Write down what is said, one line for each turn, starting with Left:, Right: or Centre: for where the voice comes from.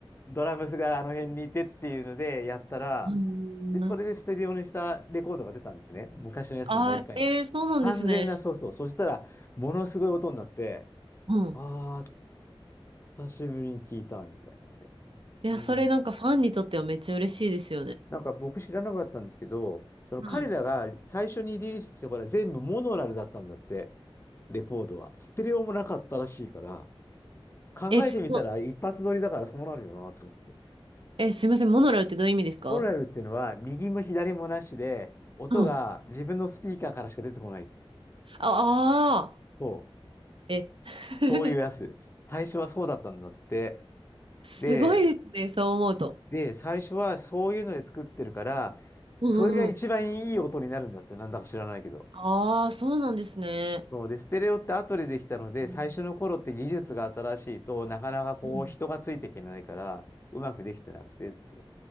Left: ドラムスがあの辺にいてっていうのでやったら、
Right: うん。
Left: で、それでステレオにしたレコードが出たんですね。昔のやつのもう一回の。
Right: あー、えー、そうなんですね。
Left: 完全な、そうそう。そしたら、ものすごい音になって、
Right: うん。
Left: あー、久しぶりに聞いたみたいなね。
Right: いや、
Left: うん。
Right: それなんかファンにとってはめっちゃ嬉しいですよね。
Left: なんか僕知らなかったんですけど、その彼らが最初にリリースしてたこれは全部モノラルだったんだって、
Right: うん。
Left: レコードは。ステレオもなかったらしいから、考えてみたら一発撮りだからそうなるよなと思って。
Right: え、もえ、すいません、モノラルってどういう意味ですか
Left: モノラルっていうのは右も左もなしで、音が自分のスピーカーからしか出てこないって。
Right: うん。ああ
Left: そ
Right: ー、え、<laughs>
Left: う、そういうやつです。最初はそうだったんだって。
Right: すごいですね、
Left: で、
Right: そう思うと。
Left: で、最初はそういうので作ってるから、
Right: うんうんうん。
Left: それが一番いい音になるんだって、なんだか知らないけど。
Right: ああ、そうなんですね。
Left: そうで、ステレオって後でできたので、
Right: うん
Left: 最初の頃って技術が新しいとなかなかこう人がついていけないから、
Right: うん
Left: うまくできてなくてっていう。